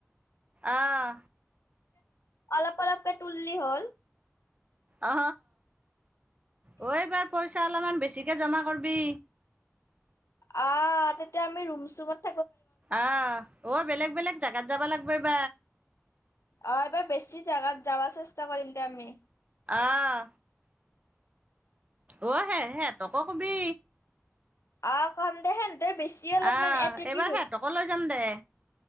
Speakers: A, on the right; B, on the left.
A: আহ
B: অলপ অলপকৈ তুল্লি হ'ল
A: অ অ এইবাৰ পইচা অলপমান বেছি বেছিকে জমা কৰিবি
B: অ তেতিয়া আমি ৰুমচুমত
A: আহ অ বেলেগ বেলেগ জেগাত যাব লাগিব ব
B: অ এবাৰ বেছি জেগাত যাবা চে চেষ্টা কৰিম দে আমি
A: অঁ অ হে সিহঁতকো কবি
B: অ কম দে বেছি অলপমান
A: আহ
B: এটিটিউড
A: এইবাৰ
B: হৈছে।
A: সিহঁতকো লৈ যাম দে